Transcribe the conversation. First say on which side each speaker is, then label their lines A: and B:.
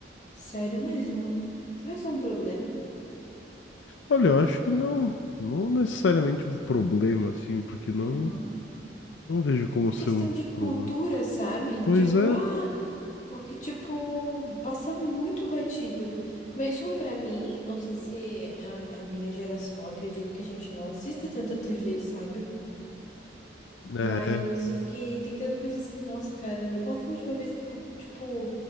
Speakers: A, on the left; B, on the left.
A: Sério mesmo. Será que isso é um problema?
B: Olha, eu acho que não, não necessariamente um problema assim, porque não,
A: Aham.
B: não vejo como ser
A: Questão
B: um
A: de
B: problema.
A: cultura, sabe?
B: Pois
A: Tipo,
B: é,
A: ah, porque, tipo, passa muito batido. Mas, tipo, pra mim, não sei se é a, é a minha geração, eu acredito que a gente não assista tanta TV, sabe?
B: é,
A: Mas eu fiquei tentando pensar assim, nossa, cara, qual foi a última vez que eu, tipo,